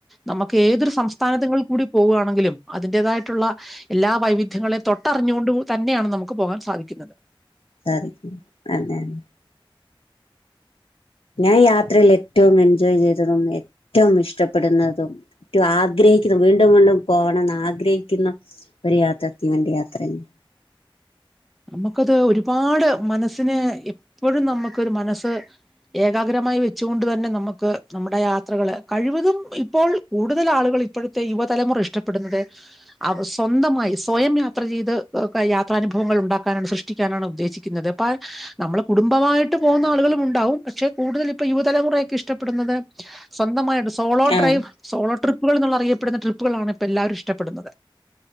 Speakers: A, in the centre; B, on the left.
A: നമുക്ക് ഏതൊരു സംസ്ഥാനത്തിൽ കൂടി പോകുകയാണെങ്കിലും അതിന്റേതായിട്ടുള്ള എല്ലാ വൈവിധ്യ- ദ്യങ്ങളെ തൊട്ടറിഞ്ഞുകൊണ്ട് തന്നെയാണ് നമുക്ക് പോകാൻ സാധിക്കുന്നത്
B: <unintelligible> ഞാൻ യാത്രയിൽ ഏറ്റവും എൻജോയ് ചെയ്തതും ഏറ്റവും ഇഷ്ടപ്പെടുന്നതും ഏറ്റവും ആഗ്രഹിക്കുന്നത വീണ്ടും വീണ്ടും പോകണംന്ന് ആഗ്രഹിക്കുന്ന ഒരു യാത്ര തീവണ്ടി യാത്രയാണ്
A: നമുക്കത് ഒരുപാട് മനസ്സിന് എപ്പോഴും നമുക്കൊരു മനസ്സ് ഏകാഗ്രമായി വെച്ചു കൊണ്ട് തന്നെ നമുക്ക് നമ്മുടെ യാത്രകള് കഴിവതും ഇപ്പോൾ കൂടുതൽ ആളുകൾ ഇപ്പോഴത്തെ യുവതലമുറ ഇഷ്ടപ്പെടുന്നത് സ്വന്തമായി സ്വയം യാത്ര ചെയ്ത് യാത്രാനുഭവങ്ങൾ ഉണ്ടാക്ക സൃഷ്ടിക്കാനാണ് ഉദ്ദേശിക്കുന്നത് അപ്പ നമ്മള് കുടുംബമായിട്ട് പോകുന്ന ആളുകളും ഉണ്ടാവും പക്ഷെ കൂടുതൽ ഇപ്പൊ യുവതലമുറയൊക്കെ ഇഷ്ടപ്പെടുന്നത് സ്വന്തമായി സോളോ
B: ആഹ്
A: ഡ്രൈവ് സോളോ ട്രിപ്പുകൾന്നുള്ള അറിയപ്പെടുന്ന ട്രിപ്പുകളാണ് ഇപ്പ എല്ലാവരും ഇഷ്ടപ്പെടുന്നത്